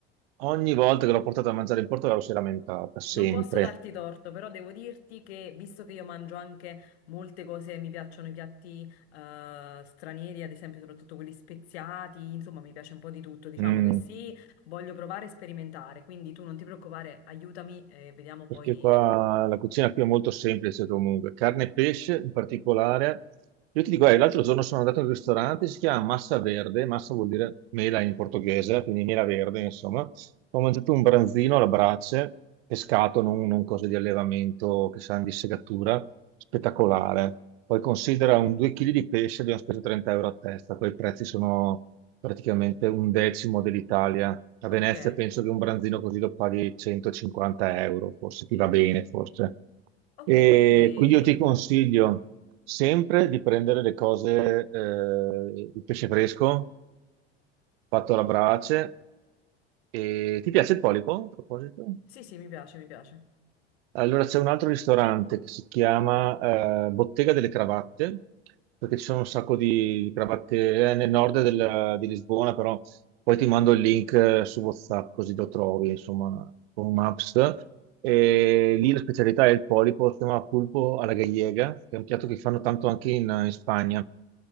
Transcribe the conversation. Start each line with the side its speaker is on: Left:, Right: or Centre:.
Right: ogni volta che l'ho portata a mangiare in Portogallo si è lamentata, sempre.
Left: Non posso darti torto, però devo dirti che visto che io mangio anche molte cose, mi piacciono i piatti eh, stranieri, ad esempio, soprattutto quelli speziati, insomma, mi piace un po' di tutto. Diciamo
Right: Mm.
Left: che sì, voglio provare e sperimentare, quindi tu non ti preoccupare, aiutami e vediamo poi.
Right: Perché qua la cucina qui è molto semplice comunque, carne e pesce in particolare. Io ti dico, eh, l'altro giorno sono andato in un ristorante, si chiama Massa Verde, massa vuol dire mela in portoghese, quindi mela verde, insomma. Ho mangiato un branzino alla brace, pescato, non, non cose di allevamento che sanno di segatura, spettacolare. Poi considera un 2 kg di pesce, abbiamo speso 30 euro a testa, quei prezzi sono praticamente un decimo dell'Italia. A
Left: Ok,
Right: Venezia penso che un branzino così lo paghi 150 euro, forse ti va bene, forse.
Left: ok,
Right: E
Left: quindi
Right: quindi io ti consiglio sempre di prendere le cose, eh, il pesce fresco fatto alla brace e ti piace il polipo, a proposito?
Left: sì, sì, mi piace, mi piace.
Right: Allora c'è un altro ristorante che si chiama eh, Bottega delle Cravatte, perché ci sono un sacco di cravatte eh, nel nord del- di Lisbona, però poi ti mando il link eh, su WhatsApp così lo trovi, insomma, con Maps. E lì la specialità è il polipo, si chiama pulpo alla gallega, che è un piatto che fanno tanto anche in, in Spagna.